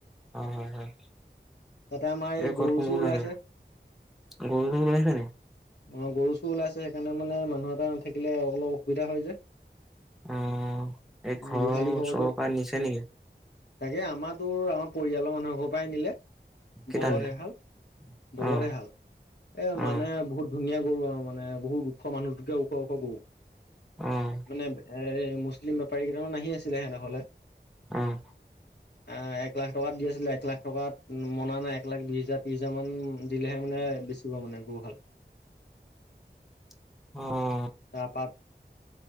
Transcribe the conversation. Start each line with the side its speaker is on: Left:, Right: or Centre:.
Centre: হয়, হয়,
Left: তাতে আমাৰ
Centre: এতিয়া
Left: এই
Centre: ঘৰত
Left: গৰু
Centre: কোন
Left: চুৰ
Centre: কোন
Left: ওলাইছে।
Centre: আছে? গৰু চুৰ ওলাইছে নি?
Left: অ', গৰু চুৰ ওলাইছে সেইকাৰণে মানে মানুহ এটা নাথাকিলে অলপ অসুবিধা হয় যে।
Centre: অ', এই ঘৰৰ
Left: গোহালি
Centre: ওচৰৰ
Left: ঘৰটো
Centre: পৰা নিছে নেকি?
Left: তাকে আমাৰ তোৰ আমাৰ পৰিয়ালৰ মানুহৰ ঘৰৰ পৰাই নিলে।
Centre: কেইটা
Left: বলধ
Centre: নিলে?
Left: এহাল,
Centre: অ',
Left: বলধ এহাল, এ
Centre: অ',
Left: মানে বহুত ধুনীয়া গৰু আৰু মানে বহুত ওখ মানুহতোকে ওখ ওখ গৰু,
Centre: অ',
Left: মানে এ এই মুছলিম বেপাৰী কেইটামান আহি আছিলে হে নহ'লে।
Centre: অহ।
Left: অ', এক লাখ টকাত দি আছিলে, এক লাখ টকাত মনা নাই এক লাখ বিশ হাজাৰ ত্ৰিশ হাজাৰ মান দিলেহে মানে বেচিব মানে গৰু হাল।
Centre: <inaudible> অ',
Left: চাহপাত,